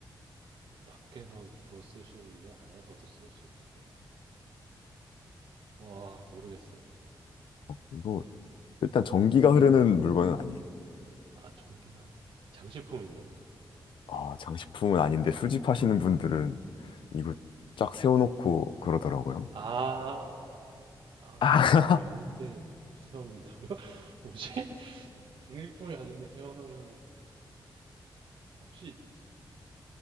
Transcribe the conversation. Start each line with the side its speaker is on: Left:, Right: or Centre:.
Right: 밖에서 주로 쓰시는데 안에서도 쓸 수 있다고요. 와 모르겠어요.
Left: 이거, 일단 전기가 흐르는 물건은 아니에요.
Right: 아 전기가 장식품인가요?
Left: 아, 장식품은 아닌데 수집하시는 분들은 이거 쫙 세워놓고 그러더라고요.
Right: 아, 아,
Left: <laughs>
Right: 장식품이
Left: 아,
Right: 아닌데 세워놓는다고요? <laughs> 뭐지? 장식품이 아닌데 세워놓으면은 혹시